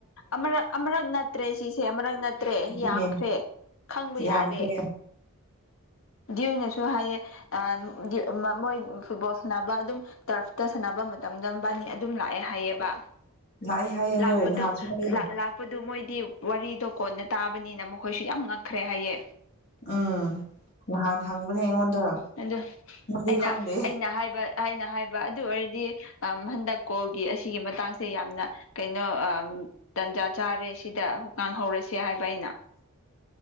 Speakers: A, on the left; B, on the left.
A: ꯑꯃꯔꯛ ꯑꯃꯔꯛ ꯅꯠꯇ꯭ꯔꯦ ꯁꯤꯁꯦ ꯑꯃꯔꯛ ꯅꯠꯇ꯭ꯔꯦ
B: ꯑꯗꯨꯅꯦ
A: ꯌꯥꯝꯈ꯭ꯔꯦ ꯈꯪꯕ
B: ꯌꯥꯝꯈ꯭ꯔꯦ
A: ꯌꯥꯔꯦ ꯗ꯭ꯋꯨꯏꯅꯁꯨ ꯍꯥꯏꯌꯦ ꯑꯥ ꯗꯤ ꯃ ꯃꯣꯏ ꯐꯨꯠꯕꯣꯜ ꯁꯥꯟꯅꯕ ꯑꯗꯨꯝ ꯇꯔ꯭ꯐꯇ ꯁꯥꯟꯅꯕ ꯃꯇꯝ ꯃꯕꯥꯅꯤ ꯑꯗꯨꯝ ꯂꯥꯛꯑꯦ ꯍꯥꯏꯌꯦꯕ
B: ꯂꯥꯛꯑꯦ ꯍꯥꯏꯌꯦ
A: ꯂꯥꯛꯄꯗꯣ
B: ꯍꯣꯏ ꯅꯍꯥꯟꯁꯨ ꯍꯥꯏꯌꯦ
A: ꯂ ꯂꯥꯛꯄꯗꯣ ꯃꯣꯏꯗꯤ ꯋꯥꯔꯤꯗꯣ ꯀꯣꯟꯅ ꯇꯥꯕꯅꯤꯅ ꯃꯈꯣꯏꯁꯨ ꯌꯥꯝ ꯉꯛꯈ꯭ꯔꯦ ꯍꯥꯏꯌꯦ
B: ꯎꯝ ꯅꯍꯥꯟ ꯍꯪ ꯉꯦ ꯑꯩꯉꯣꯟꯗ
A: ꯑꯗꯣ
B: ꯃꯣꯏꯗꯤ
A: ꯑꯩꯅ
B: ꯈꯪꯗꯦ
A: ꯑꯩꯅ ꯍꯥꯏꯕ ꯑꯩꯅ ꯍꯥꯏꯕ ꯑꯗꯨ ꯑꯣꯏꯔꯗꯤ ꯑꯝ ꯍꯟꯗꯛ ꯀꯣꯜꯒꯤ ꯑꯁꯤꯒꯤ ꯃꯇꯥꯡꯁꯦ ꯌꯥꯝꯅ ꯀꯩꯅꯣ ꯑꯝ ꯇꯟꯖꯥ ꯆꯥꯔꯦ ꯁꯤꯗ ꯍꯣ ꯄꯥꯡꯍꯧꯔꯁꯤ ꯁꯤ ꯍꯥꯏꯕ ꯑꯩꯅ